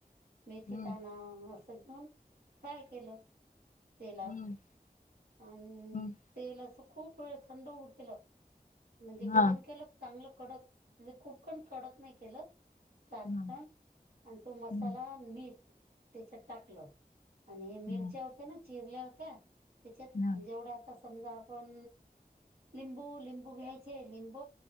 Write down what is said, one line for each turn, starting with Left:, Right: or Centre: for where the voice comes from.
Right: मेथीदाना
Left: हम्म
Right: असं घेऊन फ्राय केलं तेलात.
Left: हम्म
Right: आन
Left: हम्म
Right: तेल असं खूप वेळ थंड होऊ दिल. म्हणजे
Left: हा
Right: गरम केलं चांगलं कडक म्हणजे खूप पण कडक नाही केलं. <unintelligible> आणि
Left: हा
Right: तो मसाला
Left: हम्म
Right: आणि मीठ त्याच्यात टाकलं. आणि हे मिरच्या
Left: हा
Right: होत्या ना चिरल्या होत्या त्याच्यात
Left: हा
Right: जेवढ्याचा समजा आपण लिंबू लिंबू घ्यायचे लिंब